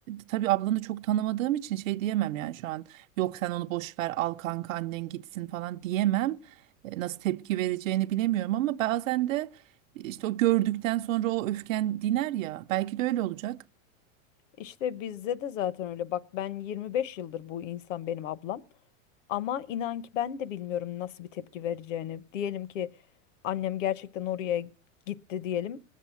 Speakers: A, on the right; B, on the left.
A: tabii ablanı çok tanımadığım için şey diyemem yani şu an yok sen onu boş ver al kanka annen gitsin falan diyemem. E, nasıl tepki vereceğini bilemiyorum ama bazen de işte o gördükten sonra o öfken diner ya belki de öyle olacak.
B: İşte bizde de zaten öyle. Bak ben 25 yıldır bu insan benim ablam. Ama inan ki ben de bilmiyorum nasıl bir tepki vereceğini. Diyelim ki annem gerçekten oraya gitti diyelim.